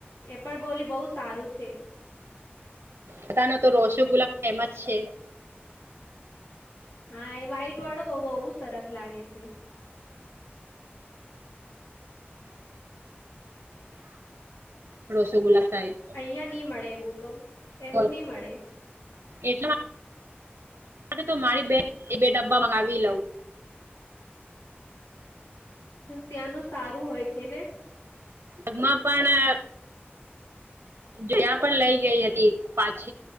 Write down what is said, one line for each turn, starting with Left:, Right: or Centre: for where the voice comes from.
Left: એ પણ બોલી બહુ સારું છે.
Right: બધા ન તો રોસોગુલ્લા ફેમસ છે.
Left: હા એ વહાઈટ વાળું બ બહવુ સરસ લાગે છે.
Right: હ રસગુલ્લા સાઈટ
Left: અહિયા નહી મળે એવું તો એવું
Right: બોલ
Left: નહી મળે
Right: એટલા. માટે તો મારી બેગ એ બે ડબ્બા મંગાવી લઉં
Left: ત્યાંનું સારું હોય છે ને.
Right: પણમાં પણ જ્યાં પણ લઈ ગઈ હતી પાછ